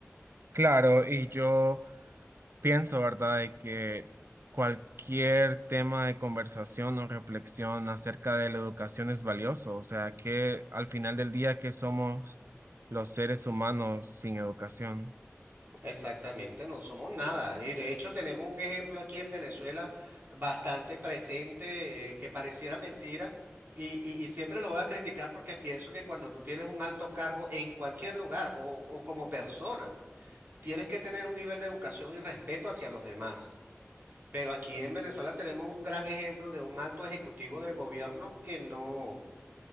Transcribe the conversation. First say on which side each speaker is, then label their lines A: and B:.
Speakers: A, on the right; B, on the right.
A: Claro, y yo pienso, ¿verdad?, de que cualquier tema de conversación o reflexión acerca de la educación es valioso, o sea, que al final del día, que somos los seres humanos sin educación?
B: Exactamente, no somos nada. Y de hecho tenemos un ejemplo aquí en Venezuela bastante presente eh, que pareciera mentira. Y, y- y siempre lo voy a criticar porque pienso que cuando tú tienes un alto cargo en cualquier lugar o o como persona, tienes que tener un nivel de educación y respeto hacia los demás. Pero aquí en Venezuela tenemos un gran ejemplo de un alto ejecutivo del gobierno que no,